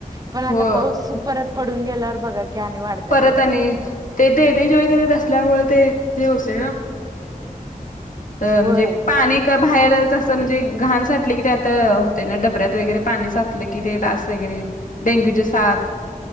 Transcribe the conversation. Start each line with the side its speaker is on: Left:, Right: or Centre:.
Right: पण आता
Left: हो
Right: पाऊस परत पड गेल्यावर बघा की आणि वाढतात
Left: परत
Right: ढासं.
Left: आणि तेरेनेज वगैरे असल्यामुळे ते हे होते हो अ
Right: होय
Left: म्हणजे पाणी बाहेरच असं म्हणजे घाण साठले की, त्यात होते ना डबऱ्यात वगैरे पाणी साचलं की ते डास वगैरे डेंग्यूचे साथ.